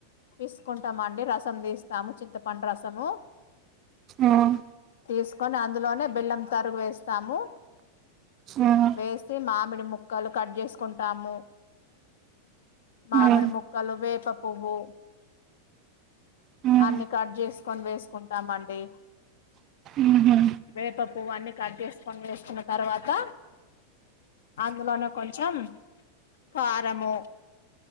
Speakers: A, on the left (about 60°); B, on the right (about 35°).
A: తీసుకుంటామండి రసం తీస్తాము చింతపండు రసము
B: ఉమ్
A: తీసుకొని అందులోనే బెల్లం తరుగు వేస్తాము
B: ఉమ్
A: వేసి మామిడి ముక్కలు కట్ చేసుకుంటాము మామిడి
B: ఉమ్
A: ముక్కలు వేప పువ్వు
B: ఉమ్
A: అన్ని కట్ చేసుకొని వేసుకుంటామండి
B: ఉహు
A: వేప పువు అన్ని కట్ చేసుకొని వేసుకున్న తర్వాత అందులోన కొంచెం కారము